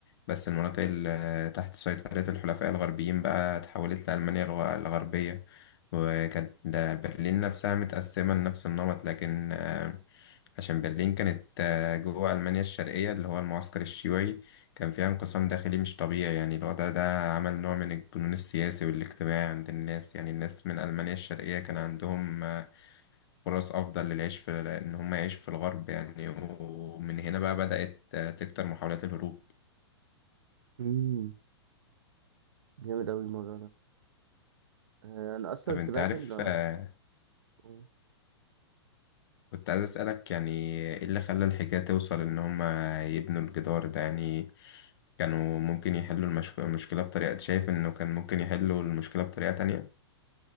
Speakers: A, on the left (about 60°); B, on the right (about 75°).
A: بس المناطق اللي تحت سيطرة الحلفاء الغربيين بقى اتحولت لألمانيا الغ- الغربية وكانت ده برلين نفسها متقسمة لنفس النمط لكن آه، عشان برلين كانت آه، جوه ألمانيا الشرقية اللي هو المعسكر الشيوعي كان فيها انقسام داخلي مش طبيعي يعني الوضع ده عمل نوع من الجنون السياسي والاجتماعي عند الناس يعني الناس من ألمانيا الشرقية كان عندهم فرص أفضل للعيش في إن هم يعيشوا في الغرب يعني ومن هنا بقى بدأت آه، تكتر محاولات الهروب
B: امم جامد قوي الموضوع ده آه، انا اصلا
A: طب
B: سمعت
A: أنت عارف
B: ان
A: آه،
B: مم.
A: كنت عايز أسألك يعني إيه اللي خلى الحكاية توصل إن هم يبنوا الجدار ده يعني كانوا ممكن يحلوا المشك- المشكلة بطريقة شايف إنه كان ممكن يحلوا المشكلة بطريقة تانية